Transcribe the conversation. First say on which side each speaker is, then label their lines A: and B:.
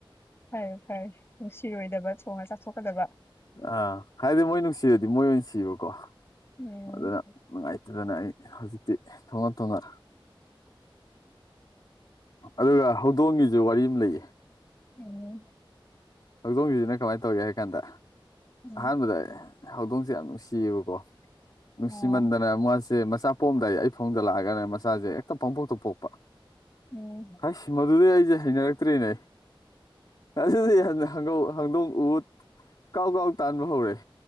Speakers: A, on the left; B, on the left.
A: ꯐꯔꯦ ꯐꯔꯦ ꯅꯨꯡꯁꯤꯔꯣꯏꯗꯕ ꯊꯣꯡꯉ ꯆꯥꯊꯣꯛꯀꯗꯕ
B: ꯑꯥ ꯍꯥꯏꯗꯤ ꯃꯣꯏ ꯅꯨꯡꯁꯤꯔꯗꯤ ꯃꯣꯏ ꯑꯣꯏꯅ ꯁꯤꯕꯀꯣ
A: ꯎꯝ
B: ꯑꯗꯨꯅ ꯅꯨꯡꯉꯥꯏꯇꯗꯅ ꯑꯩ ꯍꯧꯖꯤꯛꯇꯤ ꯊꯣꯡꯉ ꯊꯣꯡꯉ ꯑꯗꯨꯒ ꯍꯧꯗꯣꯡꯒꯤꯖꯨ ꯋꯥꯔꯤ ꯑꯃ ꯂꯩꯌꯦ
A: ꯎꯝ
B: ꯍꯧꯗꯣꯡꯒꯤꯖꯤꯅ ꯀꯃꯥꯏ ꯇꯧꯒꯦ ꯍꯥꯏ ꯀꯥꯟꯗ
A: ꯎꯝ
B: ꯑꯍꯥꯟꯕꯗ ꯍꯧꯗꯣꯡꯁꯦ ꯌꯥꯝ ꯅꯨꯡꯁꯤꯌꯦꯕꯀꯣ ꯅꯨꯡꯁꯤꯃꯟꯗꯅ
A: ꯑꯣ
B: ꯃꯥꯁꯦ ꯃꯆꯥ ꯄꯣꯝꯗꯥꯏ ꯑꯩ ꯐꯃꯨꯡꯗ ꯂꯥꯛꯑꯒꯅꯦ ꯃꯆꯥꯖꯦ ꯍꯦꯛꯇ ꯄꯪꯄꯣꯛꯇ ꯄꯣꯛꯄ
A: ꯎꯝ
B: ꯍꯥꯁ ꯃꯗꯨꯗꯩ ꯑꯩꯁꯦ ꯍꯩꯅꯔꯛꯇ꯭ꯔꯦꯅꯦ <unintelligible> ꯍꯪꯗꯣꯡ ꯍꯪꯗꯣꯡ ꯎ ꯀꯥꯎ ꯀꯥꯎ ꯇꯥꯟꯕ ꯍꯧꯔꯦ